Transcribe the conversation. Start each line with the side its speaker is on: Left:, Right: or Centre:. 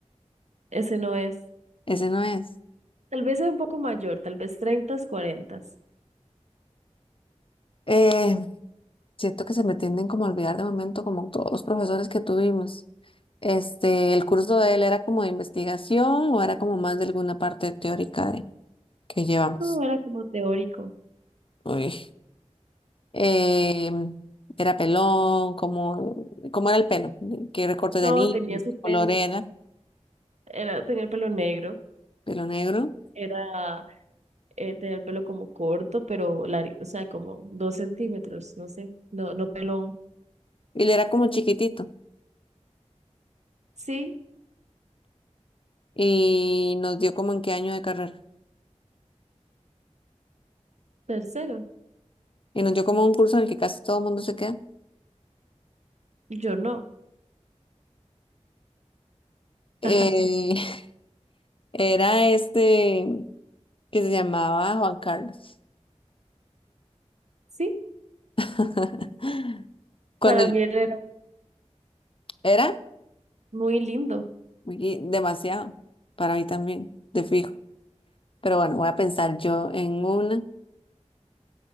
Right: Ese no es.
Left: ese no es.
Right: Tal vez es un poco mayor, tal vez 30, 40.
Left: Em, Siento que se me tienden como a olvidar de momento, como todos los profesores que tuvimos. Este, el curso de él era como de investigación o era como más de alguna parte teórica de, que llevamos.
Right: No, era como teórico.
Left: Uy. Em, era pelón, como, como era el pelo, qué recorte de
Right: No,
Left: anillo,
Right: tenía
Left: qué
Right: su pelo.
Left: color era,
Right: Era, tenía el pelo negro.
Left: pelo negro.
Right: Era, eh, tenía el pelo como corto, pero largo, o sea, como dos centímetros, no sé. No, no pelón.
Left: Y él era como chiquitito
Right: Sí,
Left: y nos dio como en qué año de carrera.
Right: tercero.
Left: Y nos dio como un curso en el que casi todo el mundo se queda.
Right: Yo no.
Left: Eh,
Right: <laughs>
Left: <laughs> era este que se llamaba Juan Carlos.
Right: Sí,
Left: <laughs> Cuando
Right: para
Left: yo-
Right: mí él era
Left: era
Right: muy lindo.
Left: y demasiado para mí también, de fijo. Pero bueno, voy a pensar yo en una.